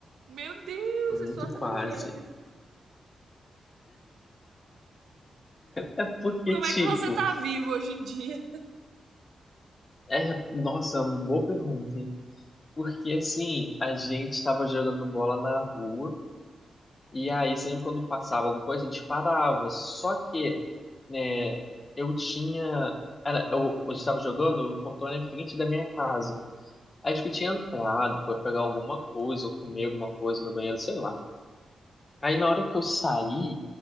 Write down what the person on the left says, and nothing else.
Muito
quase.
É porque,
tipo,
é, é- nossa, boa pergunta, hein? Porque, assim, a gente tava jogando bola na rua, e aí sempre quando passava alguma coisa, a gente parava. Só que, né, eu tinha. Era, eu, eu estava jogando, o portão era em frente da minha casa. Acho que tinha entrado pra pegar alguma coisa, ou comer alguma coisa no banheiro, sei lá. Aí na hora que eu saí,